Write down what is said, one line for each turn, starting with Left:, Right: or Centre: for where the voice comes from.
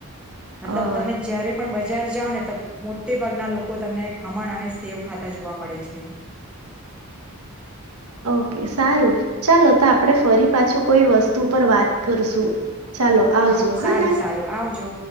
Centre: મતલબ
Right: અ
Centre: તમે જયારે પણ બજાર જાઓ ને તો મોટે ભાગના લોકો તમને ખમણ અને સેવ ખાતા જોવા મળે છે.
Right: ઓકે સારું ચાલો તો આપણે ફરી પાછું કોઈ વસ્તુ પર વાત કરશું. ચાલો આવજો
Centre: સાર-સારું
Right: હા ને
Centre: સારું આવજો.